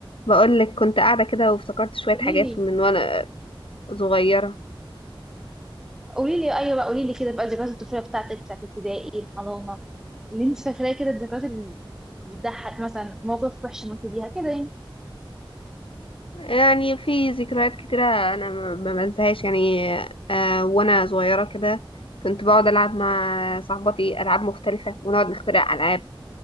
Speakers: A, on the left; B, in the centre.
A: بقولك كنت قاعدة كده وافتكرت شوية
B: قولي
A: حاجات
B: لي
A: من وأنا صغيرة
B: قولي لي ايوه بقى قولي لي كده بقى ذكريات الطفوله بتاعتك بتاعت ابتدائي الحضانه اللي انت فاكراه كده الذكريات اللي بتضحك مثلا مواقف وحشه مريت بيها كده يعني
A: يعني في ذكريات كتيرة أنا ما ما بنساهاش يعني آه وأنا صغيرة كده كنت بقعد ألعب مع صاحباتي ألعاب مختلفة ونقعد نخترع ألعاب